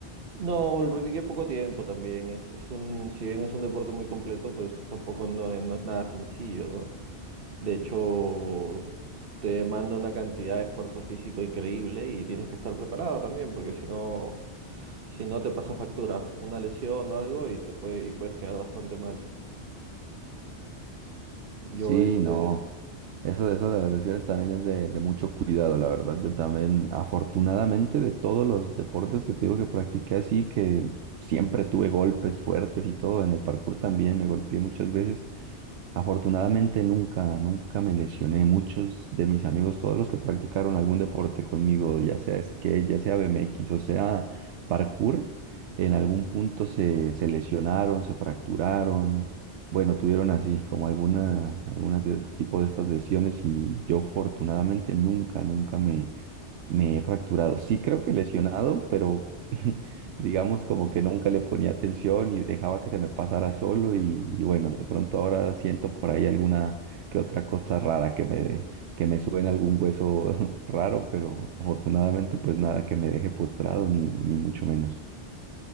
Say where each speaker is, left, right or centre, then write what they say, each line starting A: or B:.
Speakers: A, on the right; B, on the right.
A: No, lo practiqué poco tiempo también. Es, es un, si bien es un deporte muy completo, pues tampoco no, es- no es nada sencillo, ¿no? De hecho, te demanda una cantidad de esfuerzo físico increíble y tienes que estar preparado también, porque si no, si no te pasa factura, una lesión o algo y te puede, y puedes quedar bastante mal. Yo
B: Sí,
A: este,
B: no. Eso, eso de las lesiones también es de, de mucho cuidado, la verdad. Yo también, afortunadamente, de todos los deportes que te digo que practiqué así, que siempre tuve golpes fuertes y todo, en el parkour también me golpeé muchas veces. Afortunadamente nunca, nunca me lesioné. Muchos de mis amigos, todos los que practicaron algún deporte conmigo, ya sea skate, ya sea BMX o sea parkour, en algún punto se, se lesionaron, se fracturaron. Bueno, tuvieron así como alguna, alguna de- tipo de estas lesiones y yo afortunadamente nunca, nunca me, me he fracturado. Sí creo que lesionado, pero <laughs> digamos como que nunca le ponía atención y dejaba que se me pasara solo y, y bueno, de pronto ahora siento por ahí alguna que otra cosa rara que me, que me suena algún hueso <laughs> raro, pero afortunadamente pues nada que me deje postrado ni, ni mucho menos.